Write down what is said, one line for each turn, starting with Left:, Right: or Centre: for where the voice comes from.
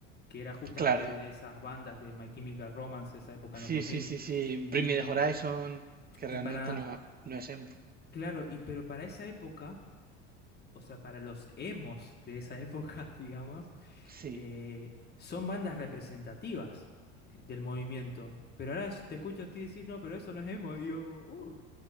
Left: que era justamente
Right: Claro,
Left: de esas bandas de My Chemical Romance, esa época
Right: sí,
Left: en los dos
Right: sí,
Left: mil
Right: sí, sí. Bring
Left: Y,
Right: Me the Horizon, que
Left: y
Right: realmente
Left: para,
Right: no, no es emo.
Left: claro, y pero para esa época, o sea, para los emos de esa época, <laughs> digamos,
Right: Sí.
Left: eh, son bandas representativas del movimiento. Pero ahora te escucho a ti decir, no, pero eso no es emo. Y yo, uh,